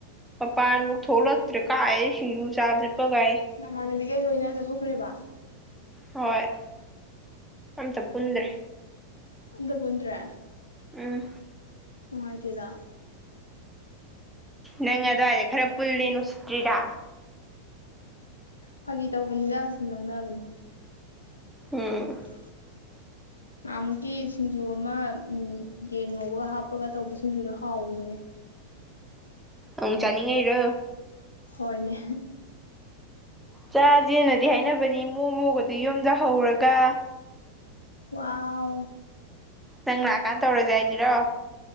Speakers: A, in the centre; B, on the left (about 80°).
A: ꯃꯄꯥꯟꯕꯨ ꯊꯣꯛꯂꯛꯇ꯭ꯔꯦꯀꯥꯏ ꯑꯩ ꯁꯤꯡꯖꯨ ꯆꯥꯕ ꯆꯦꯠꯄꯒ ꯑꯩ
B: ꯅꯃꯥꯟꯅꯕꯤꯒꯩ ꯂꯣꯏꯅ ꯆꯠꯊꯣꯛꯈ꯭ꯔꯦꯕ
A: ꯍꯣꯏ
B: ꯑꯣ
A: ꯑꯝ ꯆ ꯄꯨꯨꯗ꯭ꯔꯦ
B: ꯑꯟꯗ ꯄꯨꯟꯗ꯭ꯔꯦ
A: ꯎꯝ
B: ꯅꯨꯡꯉꯥꯏꯇꯦꯗ
A: ꯅꯪ ꯑꯗꯨꯋꯥꯏꯗ ꯈꯔ ꯄꯨꯜꯜꯂꯤ ꯅꯨꯡꯁꯤꯇ꯭ꯔꯤꯔꯥ
B: ꯐꯥꯒꯤ ꯇꯧꯕꯅꯤꯗ ꯁꯨꯝ ꯂꯧꯪꯅꯕꯅꯤ
A: ꯎꯝ
B: <unintelligible> ꯉꯥꯃꯨꯛꯀꯤ ꯁꯤꯡꯖꯨ ꯑꯃ ꯌꯦꯟ ꯉꯧꯕꯒ ꯍꯥꯞꯄꯒ ꯇꯧꯕ ꯁꯤꯡꯖꯨꯗꯣ ꯍꯥꯎꯕꯅꯤꯅꯦ
A: ꯑꯪ ꯆꯥꯅꯤꯡꯉꯩꯔꯣ
B: ꯍꯣꯏꯅꯦ
A: ꯆꯥꯁꯤꯦꯅꯗꯤ ꯍꯥꯏꯅꯕꯅꯤ ꯃꯣ ꯃꯣꯒꯗꯤ ꯌꯨꯝꯗꯍꯧꯔꯒ
B: ꯋꯥꯎ
A: ꯅꯪ ꯂꯥꯛꯀꯥꯟꯗ ꯇꯧꯔꯁꯦ ꯍꯥꯏꯁꯤꯔꯣ